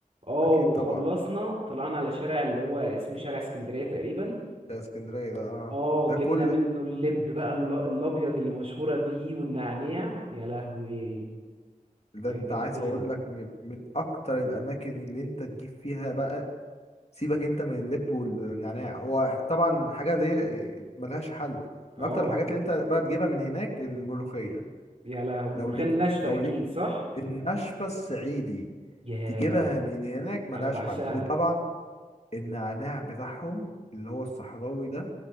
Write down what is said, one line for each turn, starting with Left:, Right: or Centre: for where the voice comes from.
Right: اه
Left: أكيد
Right: وخلصنا
Left: طبعا
Right: طلعنا على شارع اللي هو اسمه شارع اسكندريه تقريبا
Left: ده اسكندريه ده اه
Right: اه
Left: ده
Right: جبنا
Left: كل
Right: منه اللب بقى ال- الابيض اللي مشهوره بيه والنعناع يا لهوي
Left: ده
Right: كان
Left: انت
Right: جمدان
Left: عايز اقول لك من... من اكتر الاماكن اللي انت تجيب فيها بقى سيبك انت من اللب والنعناع هو طبعا الحاجه دي ملهاش حل
Right: اه
Left: من اكتر الحاجات اللي انت بقى تجيبها من هناك الملوخيه
Right: يا لهوي المرخان
Left: لو ليك
Right: ناشفة
Left: لو
Right: اكيد
Left: ليك
Right: صح
Left: النشفة الصعيدي
Right: ياه
Left: تجيبها من هناك ملهاش
Right: انا بعشاها
Left: حل وطبعا النعناع بتاعهم اللي هو الصحراوي ده